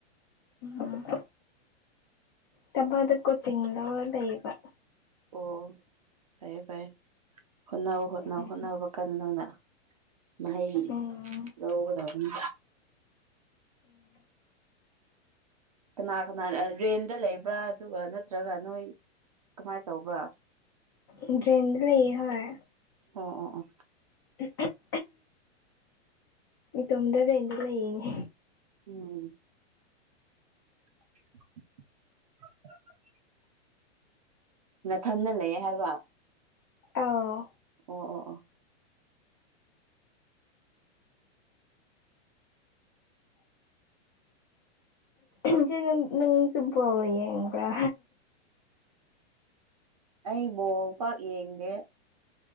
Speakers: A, on the left; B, on the right.
A: ꯎꯝ ꯀꯕꯥꯗ ꯀꯣꯆꯤꯡ ꯂꯧꯔ ꯂꯩꯌꯦꯕ
B: ꯑꯣ ꯐꯔꯦ ꯐꯔꯥꯏꯦ ꯍꯣꯠꯅꯧ ꯍꯣꯠꯅꯧ
A: ꯎꯝ
B: ꯍꯣꯠꯅꯅꯕ ꯀꯥꯟ ꯅꯪꯅ ꯃꯍꯩ
A: ꯎꯝ
B: ꯂꯧꯒꯗꯕꯅꯤ ꯀꯅꯥ ꯀꯅꯥ ꯔꯦꯟꯗ ꯂꯩꯕ꯭ꯔꯥ ꯑꯗꯨꯒ ꯅꯠꯇ꯭ꯔꯒ ꯅꯣꯏ ꯀꯃꯥꯏꯅ ꯇꯧꯕ꯭ꯔꯥ
A: ꯦꯟꯗ ꯂꯩ ꯍꯣꯏ
B: ꯑꯣ ꯑꯣ ꯑꯣ
A: <unintelligible> ꯏꯇꯣꯝꯗ ꯔꯦꯟꯗꯤ ꯂꯩꯔꯤꯅꯦ
B: ꯎꯝ ꯑ ꯅꯊꯟꯗ ꯂꯩ ꯍꯥꯏꯔꯕ
A: ꯑꯧ
B: ꯑꯣ ꯑꯣ ꯑꯣ
A: ꯏꯆꯦ ꯅꯪꯁꯨꯕꯣ ꯌꯦꯡꯕ꯭ꯔꯥ
B: ꯑꯩꯕꯣ ꯄꯥꯛ ꯌꯦꯡꯒꯦ